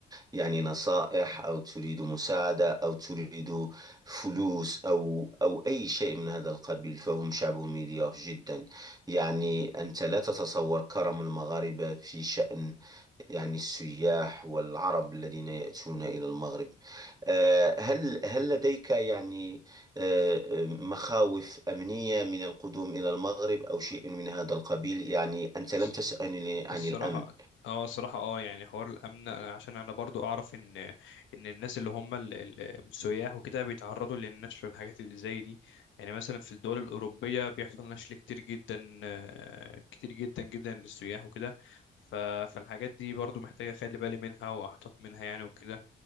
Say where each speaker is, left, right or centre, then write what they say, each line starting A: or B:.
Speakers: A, on the right; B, on the left.
A: يعني نصائح أو تريد مساعدة أو تريد فلوس أو أو أي شيء من هذا القبيل فهم شعب مضياف جدا يعني أنت لا تتصور كرم المغاربة في شأن يعني السياح والعرب الذين يأتون إلى المغرب آه، هل هل لديك يعني آه، آه، مخاوف أمنية من القدوم إلى المغرب أو شيء من هذا القبيل يعني أنت لم
B: الص-
A: تسألني عن
B: الصراحه
A: الأمن
B: اه الصراحه اه يعني حوار الامن عشان انا برضو اعرف ان ان الناس اللي هم ال- ال- السياح وكده بيتعرضوا للنشل والحاجات اللي زي دي يعني مثلا في الدول الاوروبيه بيحصل نشل كتير جدا آه، كتير جدا جدا للسياح وكده ف- فالحاجات دي برضو محتاجه اخلي بالي منها واحتاط منها يعني وكده